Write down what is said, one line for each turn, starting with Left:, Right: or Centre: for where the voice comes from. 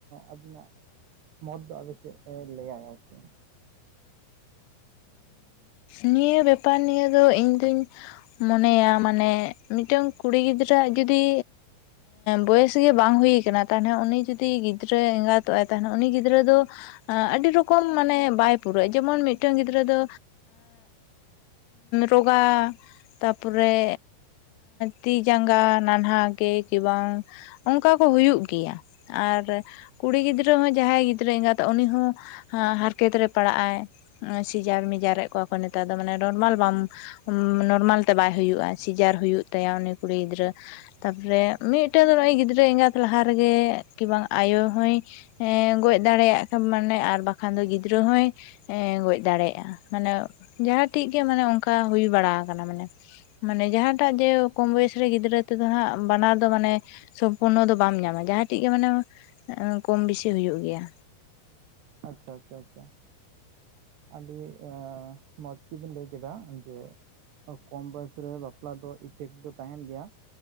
Right: ᱟᱹᱵᱤᱱᱟᱜ ᱢᱚᱛ ᱫᱚ ᱟᱫᱚ ᱪᱮᱫ ᱮ ᱞᱮᱭᱟᱭ ᱟᱨᱠᱤ᱾
Left: ᱱᱤᱭᱟᱹ ᱵᱮᱯᱟᱨ ᱱᱤᱭᱮ ᱫᱚ ᱤᱧᱫᱩᱧ ᱢᱚᱱᱮᱭᱟ ᱢᱟᱱᱮ ᱢᱤᱫᱴᱟᱹᱝ ᱠᱩᱲᱤ ᱜᱤᱫᱽᱨᱟᱹ ᱟᱜ ᱡᱩᱫᱤ, ᱵᱚᱭᱮᱥ ᱜᱮ ᱵᱟᱝ ᱦᱩᱭ ᱠᱟᱱᱟ ᱛᱟᱦᱚᱞᱮ ᱩᱱᱤ ᱡᱩᱫᱤ ᱜᱤᱫᱽᱨᱟᱹ ᱮᱸᱜᱟᱛᱚᱜ ᱟᱭ ᱛᱟᱦᱚᱞᱮ ᱩᱱᱤ ᱜᱤᱫᱽᱨᱟᱹ ᱫᱚ ᱟᱹᱰᱤ ᱨᱚᱠᱚᱢ ᱢᱟᱱᱮ ᱵᱟᱭ ᱯᱩᱨᱟᱹᱜᱼᱟ ᱡᱮᱢᱚᱱ ᱢᱤᱫ ᱢᱤᱫᱴᱟᱹᱝ ᱜᱤᱫᱽᱨᱟᱹ ᱫᱚ ᱨᱚᱜᱟ ᱛᱟᱯᱚᱨᱮ ᱛᱤ ᱡᱟᱸᱜᱟ ᱱᱟᱱᱦᱟ ᱜᱮ ᱠᱤ ᱵᱟᱝ ᱚᱝᱠᱟ ᱠᱚ ᱦᱩᱭᱩᱜ ᱜᱮᱭᱟ ᱟᱨ ᱠᱩᱲᱤ ᱜᱤᱫᱽᱨᱟᱹ ᱦᱚᱸ ᱡᱟᱦᱟᱸᱭ ᱜᱤᱫᱽᱨᱟᱹ ᱮᱸᱜᱟᱛᱚᱜ ᱩᱱᱤ ᱦᱚᱸ ᱦᱟᱨᱠᱮᱛ ᱨᱮ ᱯᱟᱲᱟᱜᱼ ᱟᱭ ᱥᱤᱡᱟᱨ ᱢᱤᱡᱟᱨᱮᱜ ᱠᱚᱣᱟ ᱠᱚ ᱱᱮᱛᱟᱨ ᱫᱚ ᱢᱟᱱᱮ ᱱᱚᱨᱢᱟᱞ ᱵᱟᱢ ᱱᱚᱨᱢᱟᱞ ᱛᱮ ᱵᱟᱭ ᱦᱩᱭᱩᱜᱼᱟ ᱥᱤᱡᱟᱨ ᱦᱩᱭᱩᱜ ᱛᱟᱭᱟ ᱩᱱᱤ ᱠᱩᱲᱤ ᱜᱤᱫᱽᱨᱟᱹ ᱛᱟᱯᱨᱮ ᱢᱤᱫᱴᱮᱱ ᱫᱚ ᱱᱚᱜᱼᱚᱭ ᱜᱤᱫᱽᱨᱟᱹ ᱮᱸᱜᱟᱛ ᱞᱟᱦᱟ ᱨᱮᱜᱮ ᱠᱤᱵᱟᱝ ᱟᱭᱳ ᱦᱚᱭ ᱮᱸ ᱜᱚᱡᱽ ᱫᱟᱲᱮᱭᱟᱜ ᱠᱷᱟᱢ ᱢᱟᱱᱮ ᱟᱨ ᱵᱟᱠᱷᱟᱱ ᱫᱚ ᱜᱤᱫᱽᱨᱟᱹ ᱦᱚᱭ ᱮᱸ ᱜᱚᱡᱽ ᱫᱟᱲᱮᱭᱟᱜᱼᱟ ᱢᱟᱱᱮ ᱡᱟᱦᱟᱸᱴᱤᱡ ᱜᱮ ᱢᱟᱱᱮ ᱚᱝᱠᱟ ᱦᱩᱭ ᱵᱟᱲᱟ ᱟᱠᱟᱱᱟ ᱢᱟᱱᱮ ᱢᱟᱱᱮ ᱡᱟᱦᱟᱸᱴᱟᱜ ᱡᱮ ᱠᱚᱢ ᱵᱚᱭᱮᱥ ᱨᱮ ᱜᱤᱫᱽᱨᱟᱹ ᱛᱮᱫᱚ ᱦᱟᱸᱜ ᱵᱟᱱᱟᱨ ᱫᱚ ᱢᱟᱱᱮ ᱥᱚᱢᱯᱩᱨᱱᱚ ᱫᱚ ᱵᱟᱢ ᱧᱟᱢᱟ ᱡᱟᱦᱟᱸᱴᱤᱡ ᱜᱮ ᱢᱟᱱᱮ ᱠᱚᱢ ᱵᱮᱥᱤ ᱦᱩᱭᱩᱜ ᱜᱮᱭᱟ
Right: ᱟᱪᱪᱷᱟ ᱪᱷᱟ ᱪᱷᱟ ᱟᱹᱰᱤ ᱮᱸ ᱢᱚᱡᱽ ᱜᱮᱵᱤᱱ ᱞᱟᱹᱭ ᱠᱮᱫᱟ ᱡᱮ ᱠᱚᱢ ᱵᱚᱭᱮᱥ ᱨᱮ ᱵᱟᱯᱞᱟ ᱫᱚ ᱤᱯᱷᱮᱠᱴ ᱫᱚ ᱛᱟᱦᱮᱱ ᱜᱮᱭᱟ᱾